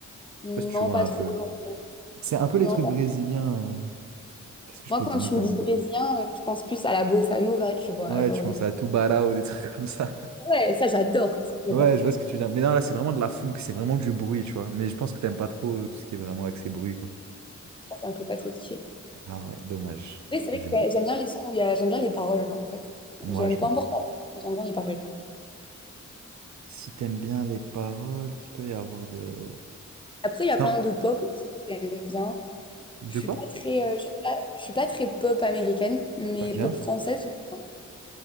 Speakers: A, on the left; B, on the right.
A: Non,
B: Je sais pas si tu vois
A: pas
B: un
A: trop.
B: peu.
A: genre.
B: C'est un peu
A: Non,
B: les trucs
A: pas-
B: brésiliens. euh, Qu'est-ce que je
A: Moi,
B: peux
A: quand
B: te donner
A: tu
B: comme
A: me dis
B: exemple?
A: brésilien, euh, je pense plus à la bossa nova, tu vois,
B: Ouais,
A: genre
B: tu penses
A: des trucs.
B: à Tubarão ou des trucs <laughs> comme ça.
A: Ouais, ça j'adore, ça j'adore.
B: Ouais, je vois ce que tu veux dire. Mais non, là, c'est vraiment de la funk, c'est vraiment du bruit, tu vois. Mais je pense que t'aimes pas trop euh, tout ce qui est vraiment axé bruit, quoi.
A: Je pense que ça me fait pas trop kiffer.
B: Ah ouais, dommage.
A: Mais c'est vrai
B: Moi, j'aime
A: que
B: beaucoup.
A: euh, j'aime bien les sons où il y a... j'aime bien les paroles, en fait.
B: Ouais,
A: J'aime
B: je
A: pas
B: comprends.
A: importe, la langue, mais j'aime bien les paroles.
B: Si t'aimes bien les paroles, qu'il peut y avoir de...
A: Après, il
B: C'est
A: y a plein
B: un-
A: de pop aussi que j'aime bien.
B: De
A: Je suis
B: quoi?
A: pas très, euh, je suis pas... je suis pas très pop américaine, mais
B: Ok.
A: pop française, j'aime bien.